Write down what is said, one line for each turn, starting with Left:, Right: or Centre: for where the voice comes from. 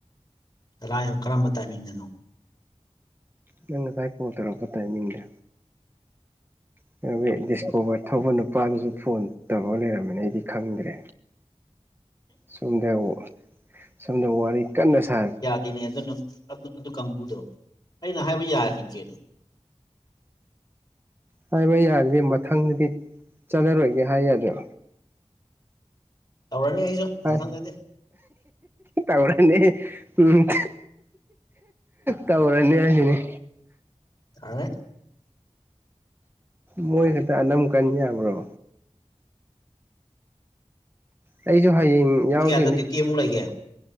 Left: ꯇꯂꯥꯏꯅꯣ ꯀꯔꯝꯕ ꯇꯥꯏꯃꯤꯡꯗꯅꯣ
Right: ꯅꯪ ꯉꯁꯥꯏ ꯀꯣꯜ ꯇꯧꯔꯛꯄ ꯇꯥꯏꯃꯤꯡꯗ ꯀꯩꯅꯣꯒꯤ ꯗꯤꯁꯀꯣꯕꯔ ꯊꯧꯕ ꯅꯨꯄꯥꯗꯨꯁꯨ ꯐꯣꯟ ꯇꯧꯔꯒ ꯂꯩꯔꯝꯃꯦꯅꯦ ꯑꯩꯗꯤ ꯈꯪꯗ꯭ꯔꯦ ꯁꯣꯝꯗ ꯋꯨ ꯁꯣꯝꯗ ꯋꯥꯔꯤ ꯀꯟꯅ ꯁꯥꯔꯤ
Left: <unintelligible> ꯑꯗꯨ ꯑꯗꯨ ꯀꯥꯡꯕꯨꯗꯣ ꯑꯩꯅ ꯍꯥꯏꯕ ꯌꯥꯈꯤꯗ꯭ꯔꯦꯅꯦ
Right: ꯍꯥꯏꯕ ꯌꯥꯗ꯭ꯔꯦ ꯃꯊꯪꯗꯗꯤ ꯆꯠꯂꯔꯣꯏꯒꯦ ꯍꯥꯏ ꯌꯥꯗ꯭ꯔꯣ
Left: ꯇꯧꯔꯅꯤ ꯑꯩꯖꯨ
Right: ꯍꯥꯏ
Left: ꯃꯊꯪꯗꯗꯤ
Right: ꯇꯧꯔꯅꯤ ꯎꯝ ꯇꯧꯔꯅꯤ ꯍꯥꯏꯁꯤꯅꯤ
Left: ꯇꯧꯔꯅꯤ
Right: ꯃꯣꯏ ꯈꯛꯇ ꯑꯅꯝ ꯀꯟ ꯌꯥꯕ꯭ꯔꯣ ꯑꯩꯖꯨ ꯍꯌꯦꯡ
Left: ꯄꯨꯡ
Right: ꯌꯥꯎꯗꯣꯏꯅꯤ
Left: ꯀꯌꯥꯗ ꯗꯤꯛꯇꯦ ꯑꯃꯨꯛ ꯂꯩꯒꯦ